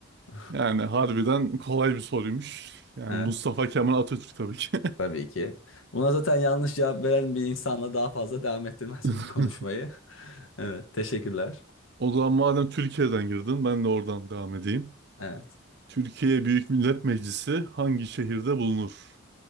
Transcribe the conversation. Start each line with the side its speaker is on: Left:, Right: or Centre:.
Left: <laughs>
Right: Yani harbiden kolay bir soruymuş. Yani
Left: Evet.
Right: Mustafa Kemal Atatürk tabii ki.
Left: Tabii ki. Buna zaten yanlış cevap veren bir insanla daha fazla devam ettirmezdim
Right: <laughs>
Left: bu konuşmayı. <laughs> Evet, teşekkürler.
Right: O zaman madem Türkiye'den girdin ben de oradan devam edeyim.
Left: Evet.
Right: Türkiye Büyük Millet Meclisi hangi şehirde bulunur?